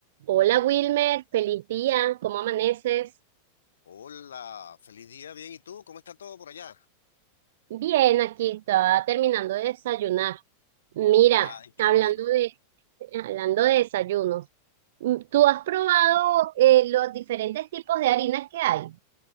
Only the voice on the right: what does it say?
Hola Wilmer, feliz día, ¿cómo amaneces?
Bien, aquí estaba terminando de desayunar. Mira,
hablando
de, hablando de desayunos, mm, ¿tú has probado eh, los diferentes tipos de harinas que hay